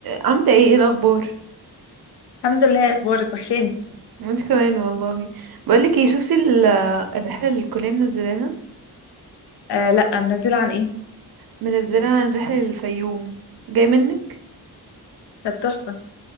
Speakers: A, on the right; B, on the left.
A: عاملة ايه ايه الأخبار؟
B: الحمد لله إيه اخبارك وحشاني
A: وانت كمان والله بقولك ايه شفتي ال- الرحلة اللي الكلية منزلاها
B: آه لا منزله عن ايه
A: منزلها عن رحلة للفيوم جاي منك؟
B: طب تحفه